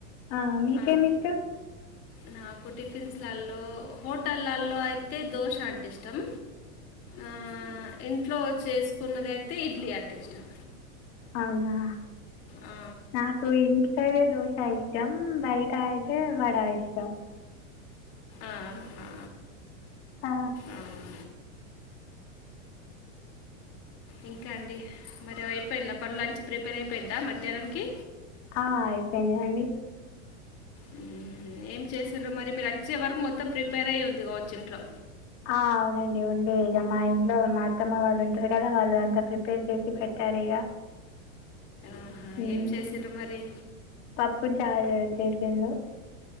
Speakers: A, on the left; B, on the left.
A: ఆ మీకేమి
B: ఆ.
A: ఇష్టం
B: నాకు టిఫిన్స్లల్లో హోటల్లల్లో అయితే దోశ అంటే ఇష్టం ఆ ఇంట్లో వచేసి కొన్నదిఐతే ఇడ్లీ అంటే ఇష్టం
A: అవునా
B: ఆ,
A: నాకు ఇంట్ సరే దోశ ఇష్టం బయటా అయితే వడా ఇష్టం
B: ఆహా
A: ఆ
B: అవునా ఇంక అండి మరి అయిపోయిందా పర్ లంచ్ ప్రిపేర్ అయిపోయిందా మధ్యాహ్నంకి
A: ఆ అయిపోనాయ్ అండి
B: మ్మ్. ఏం చేసిండ్రో మరి మీరు వచ్చే వరకు మొత్తం ప్రిపేర్ అయ్యి ఉంది కావచ్చు ఇంట్లో
A: ఆ అవునండి ఉండే ఇగ మా ఇంట్లో మా అత్తమ్మ వాళ్ళు ఉంటారు కదా వాళ్ళు అంతా ప్రిపేర్ చేసి పెట్టారు ఇగ
B: ఆహా.
A: హమ్
B: ఏం చేసిండ్రు మరి
A: పప్పుచారు చేసిండ్రు